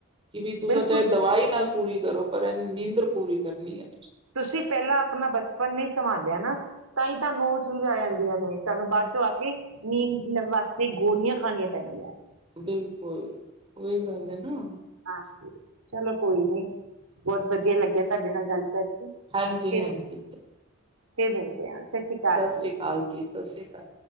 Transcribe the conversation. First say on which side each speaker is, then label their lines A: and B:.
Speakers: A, on the right; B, on the right.
A: ਕਿ ਵੀ ਤੁੂਸਾ
B: ਬਿਲਕੁਲ
A: ਚਾਹੇ ਦਵਾਈ
B: ਵੀ।
A: ਨਾਲ ਪੂਰੀ ਕਰੋ ਪਰ ਇਹਨ ਨੀਂਦਰ ਪੂਰੀ ਕਰਨੀ ਹੈ।
B: ਤੁਸੀਂ ਪਹਿਲਾਂ ਆਪਣਾ ਬਚਪਨ ਨੀ ਸੰਭਾਲਿਆ ਨਾ ਤਾਂ ਹੀ ਤੁਹਾਨੂੰ ਉਹ ਚੀਜ਼ ਆ ਜਾਂਦੀਆਂ ਨੇ ਤੁਹਾਨੂੰ ਬਾਅਦ ਚੋਂ ਆ ਕੇ ਨੀਂਦ ਵਾਸਤੇ ਗੋਲੀਆਂ ਖਣੀਆਂ ਪੈਂਦੀਆਂ ਨੇ।
A: ਬਿਲਕੁਲ ਉਹੀ ਗੱਲ ਏ ਨਾ
B: ਹਾਂ ਚਲੋ ਕੋਈ ਨੀ ਬਹੁਤ ਵਧੀਆ ਲੱਗਿਆ ਤਾਡੇ ਨਾਲ ਗੱਲ ਕਰਕੇ।
A: ਹਾਂਜੀ-ਹਾਂਜੀ,
B: ਫਿਰ ਫਿਰ ਮਿਲਦੇ ਆ ਸ੍ਰੀ ਅਕਾਲ
A: ਸਤਿ
B: ਜੀ।
A: ਸ੍ਰੀ ਅਕਾਲ ਜੀ ਸਤਿ ਸ੍ਰੀ ਅਕਾਲ